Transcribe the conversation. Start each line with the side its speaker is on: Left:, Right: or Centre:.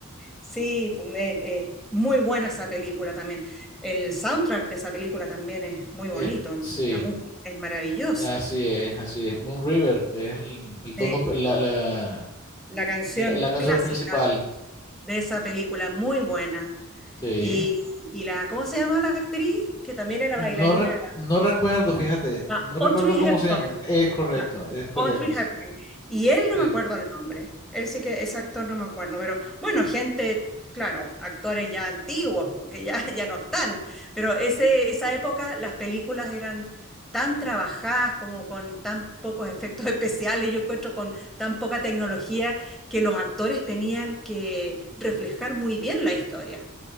Centre: sí, pu- eh, eh, muy buena esa película también. El soundtrack de esa película también es muy bonito.
Left: Es- sí,
Centre: La música es maravillosa.
Left: así es, así es. Moon River, que es el, el tono,
Centre: Sí,
Left: la, la,
Centre: la canción
Left: la- la canción
Centre: clásica
Left: principal.
Centre: de esa película, muy buena.
Left: Sí.
Centre: Y, y la, ¿cómo se llama la actriz? Que también era
Left: No,
Centre: bailarina.
Left: re- no recuerdo, fíjate,
Centre: La
Left: no recuerdo
Centre: Audrey
Left: cómo
Centre: Hepburn.
Left: se llama. Es correcto,
Centre: No,
Left: es correcto,
Centre: Audrey
Left: sí.
Centre: Hepburn. Y él no
Left: Sí.
Centre: me acuerdo el nombre. Él sí que ese actor no me acuerdo, pero bueno, gente, claro, actores ya antiguos, porque ya, <laughs> ya no están, pero ese, esa época las películas eran tan trabajadas como con tan pocos efectos <laughs> especiales, yo encuentro con tan poca tecnología que los actores tenían que reflejar muy bien la historia.